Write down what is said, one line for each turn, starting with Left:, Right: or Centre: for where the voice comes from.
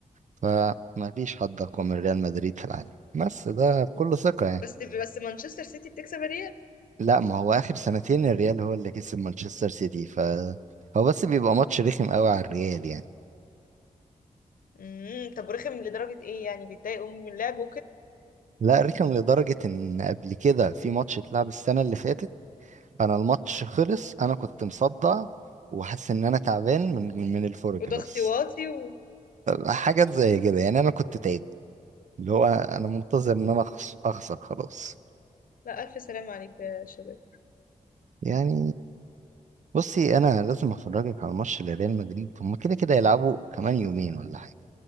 Right: فما فيش حد أقوى من ريال مدريد في العالم بس ده بكل ثقة يعني
Left: بس بس مانشستر سيتي بتكسب الريال
Right: لا ما هو آخر سنتين الريال هو اللي كسب مانشستر سيتي ف هو بس بيبقى ماتش رخم قوي على الريال يعني
Left: امم طب رخم لدرجة ايه يعني بيتضايقوا من اللعب
Right: لا رخم لدرجة إن قبل كده في ماتش اتلعب السنة اللي فاتت أنا الماتش خلص أنا كنت مصدع وحاسس إن أنا تعبان من من الفرج
Left: وده
Right: بس
Left: اختواطي و...
Right: حاجات زي كده يعني أنا كنت تعبت اللي هو أنا منتظر إن أنا أخس- أخسر خلاص
Left: لا ألف سلام عليك يا شباب
Right: يعني بصي انا لازم افرجك على ماتش لريال مدريد هما كده كده يلعبوا كمان يومين ولا حاجه